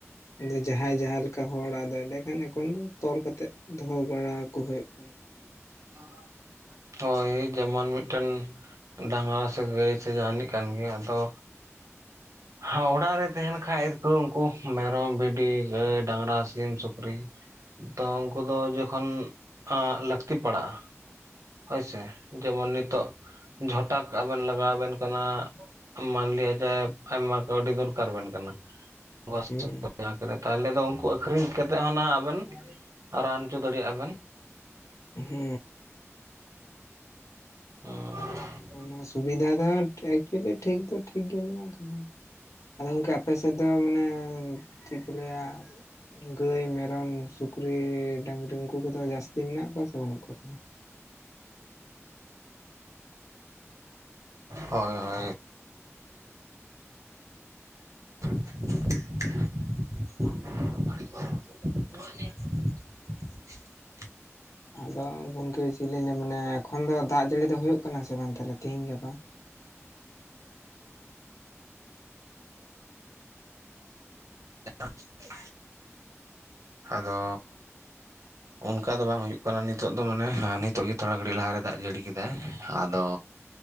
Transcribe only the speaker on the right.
ᱟ ᱦᱳᱭ ᱡᱮᱢᱚᱱ ᱢᱤᱫᱴᱟᱹᱱ ᱰᱟᱺᱜᱽᱨᱟ ᱥᱮ ᱜᱟᱹᱭ ᱥᱮ ᱡᱟᱦᱟᱸᱱᱤᱡ ᱠᱟᱱ ᱜᱮ, ᱟᱫᱚ ᱦᱟᱸ ᱚᱲᱟᱜ ᱨᱮ ᱛᱟᱦᱮᱸᱱ ᱠᱷᱟᱡ ᱫᱚᱠᱚ ᱩᱱᱠᱩ ᱢᱮᱨᱚᱢ, ᱵᱷᱤᱰᱤ, ᱜᱟᱹᱭ, ᱰᱟᱺᱜᱽᱨᱟ, ᱥᱤᱢ, ᱥᱩᱠᱨᱤ ᱛᱚ ᱩᱝᱠᱩ ᱫᱚ ᱡᱚᱠᱷᱚᱱ ᱟᱸᱜ ᱞᱟᱹᱠᱛᱤ ᱯᱟᱲᱟᱜᱼᱟ, ᱦᱳᱭ ᱥᱮ ᱡᱮᱢᱚᱱ ᱱᱤᱛᱚᱜ ᱡᱷᱚᱴᱟᱠ ᱟᱵᱮᱱ ᱞᱟᱜᱟᱣ ᱟᱵᱮᱱ ᱠᱟᱱᱟ, ᱢᱟᱱ ᱞᱤᱭᱟ ᱡᱟᱭᱼᱵ ᱟᱭᱢᱟ ᱠᱟᱹᱣᱰᱤ ᱫᱚᱨᱠᱟᱨ ᱟᱵᱮᱱ ᱠᱟᱱᱟ, ᱜᱚᱥᱛᱳᱠ
<unintelligible> ᱡᱟᱠ ᱨᱮ ᱛᱟᱦᱮᱞᱮ ᱫᱚ ᱩᱱᱠᱩ ᱟᱠ ᱟᱹᱠᱷᱨᱤᱧ ᱠᱟᱛᱮᱜ ᱦᱚᱸ ᱱᱟ ᱟᱵᱮᱱ ᱨᱟᱱ ᱪᱚ ᱫᱟᱲᱮᱭᱟᱜᱼᱟ ᱵᱮᱱ ᱾
ᱦᱩᱸ ᱾
ᱦᱚᱭ ᱦᱚᱭ, <unintelligible> ᱵᱟᱲᱜᱤ, <unintelligible> ᱠᱷᱳᱞᱮ,
<unintelligible> ᱟᱫᱚ ᱚᱱᱠᱟ ᱫᱚ ᱵᱟᱝ ᱦᱩᱭᱩᱜ ᱠᱟᱱᱟ ᱱᱤᱛᱚᱜ ᱫᱚ ᱢᱟᱱᱮ ᱟᱸ ᱱᱤᱛᱚᱜ ᱜᱮ ᱛᱷᱚᱲᱟ ᱜᱷᱟᱹᱲᱤᱡ ᱞᱟᱦᱟ ᱨᱮ ᱫᱟᱜ ᱡᱟᱹᱲᱤ ᱠᱮᱫᱟᱭ ᱟᱫᱚ